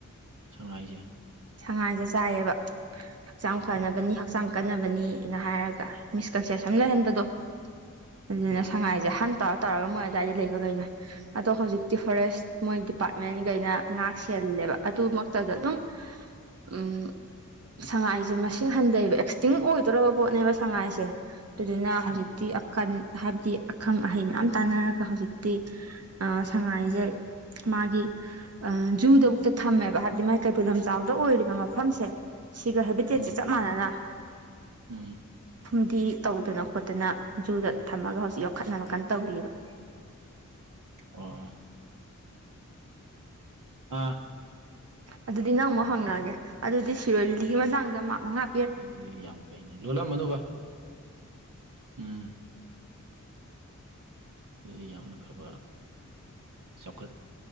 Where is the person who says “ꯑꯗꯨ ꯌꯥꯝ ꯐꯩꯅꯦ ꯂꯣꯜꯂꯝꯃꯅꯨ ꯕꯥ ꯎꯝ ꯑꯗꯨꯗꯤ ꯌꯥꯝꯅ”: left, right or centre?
Right